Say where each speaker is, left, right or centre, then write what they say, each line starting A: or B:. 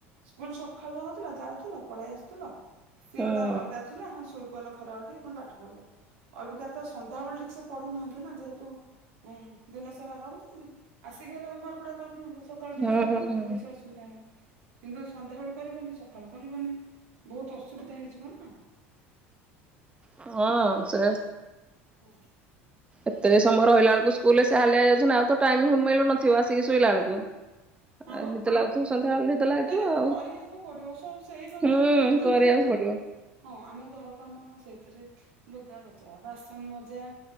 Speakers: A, on the right; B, on the right.
A: ସ୍କୁଲ ସକାଳୁ ହଉଥିଲା ଯାଉଥିଲ ପଳେଇ ଆସୁଥିଲ ସିଏ
B: ହୁଁ
A: ଗୋଟେ ଅଲଗା ଥିଲା ହଁ ଶୋଇ ପଇଲ ଖରାବେଳ ଟ ପୁଣି ପାଠ ପଢିଲ ଅବିକା ତ ସନ୍ଧ୍ୟାବେଳେ ଠିକ୍ ସେ ପଢୁନାହାନ୍ତି ଯେହେତୁ ଉଁ ଦିନ ସାରା ରହୁଛନ୍ତି ଆସିକି ହେଲେ ହୋମାର୍କ ଗୁଡା କରିଦିଅନ୍ତେ ସକାଳୁ ଟିକେ
B: ହୁଁ
A: ଶୋଇପଡନ୍ତେ
B: ହୁଁ
A: କିଛି ଅସୁବିଧା ନାହିଁ କିନ୍ତୁ ସନ୍ଧ୍ୟାବେେଳୁ କରିବନି ସକାଳୁ କରିବନି ବହୁତ ଅସୁବିଧା ହେଇଯିବ ନା
B: ହଁ ସେ
A: ହୁନ୍ତ <unintelligible>
B: ଏତେ ସମୟ ରହିଲା ବଳକୁ ସ୍କୁଲ ରେ ସେ ହାଲିଆ ହେଇ ଯାଉଛନ୍ତି ଆଉ ତ ଟାଇମ ମିଳୁ ନଥିବ ଆସିକି ଶୋଇଲା ବେଳକୁ
A: ହଁ
B: ଆଉ
A: ବା
B: ନିଦ ଲାଗୁଥିବ ସନ୍ଧ୍ୟାବେଳେ ଲାଗୁଥିବ
A: ହେଲେ ବି
B: ଆଉ
A: କରିବାକୁ ପଡିବ ସବୁ ସେଇ ବା
B: ହୁଁ
A: କହିଲେ ମାନେ
B: କରିବାକୁ
A: ଆମେ ବି ତ
B: ପଡିବ।
A: ହଁ ଆମେ ଘର କାମ ସେଇଥିରେ ଲୁଗା କଚା ବାସନ ମଜା